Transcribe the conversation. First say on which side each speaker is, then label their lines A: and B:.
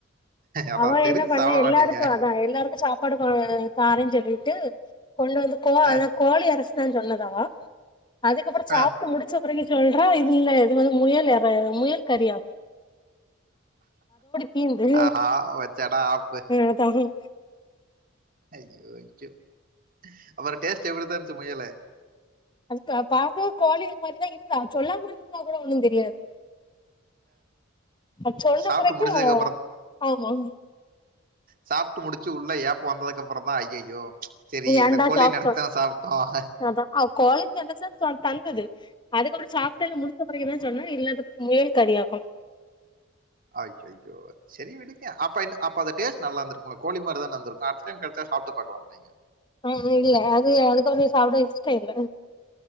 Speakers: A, on the right (about 45°); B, on the left (about 20°).
A: அதா
B: அவ
A: தெரிஞ்சு
B: என்ன பண்ண
A: சாப்ட
B: எல்லாருக்கும்
A: மாட்டீங்க
B: அதான் எல்லாருக்கும் சாப்ப சாப்பாடு தாரன்னு சொல்லிட்டு கொண்டு வந்து கோ
A: அ
B: அத கோழி அரசு தான் சொன்னதாவ அதுக்கப்புறம் சாப்பிட்டு
A: அ
B: முடி பிறகு சொல்றா இதுல இது வந்து முயல் ஏற முயல் கறிய தீந்து
A: ஆஹா வெச்சாடா ஆப்பு
B: அது
A: ஐயோ ஐயோ அப்புறம் டேஸ்ட் எப்படித்தான் இருச்சு முயலு
B: அதுக்கு பாக்கவும் கோழி இது மாதிரிதான் இருந்தா சொல்லாம இருந்ததுதா கூட ஒண்ணும் தெரியாது அது சொன்ன
A: சாப்பிட்டு
B: பிறகு
A: முடிச்சதுக்கு
B: ஆமா
A: சாப்ட்டு முடிச்சு உள்ள ஏப்ப வந்ததுக்கு அப்புறம் தான் ஐயோ செரி
B: ஏன்டா
A: இத கோழினு
B: சாப்ட்டோ
A: நெனச்சுதான்ன சாப்பிட்டோம்
B: அதா அவ கோழின்னு சொன்னச்ச தந்தது அதுக்கப்புறம் சாப்பிட்டல முடிச்ச பிறகுதா சொன்னா இல்ல அது முயல் கறியாக்கும்
A: ஐயையோ சரி விடுங்க அப்ப அப்ப அத டேஸ்ட் நல்லா இருந்திருக்குள கோழி மாறி தான இருந்திருக்கு அடுத்தடைம் கெடைச்சா சாப்பிட்டு பாக்கலாம் இலைங்க
B: ம் இல்ல அது அ அதுக்கப்புறம் சாப்பிட இஷ்டல்ல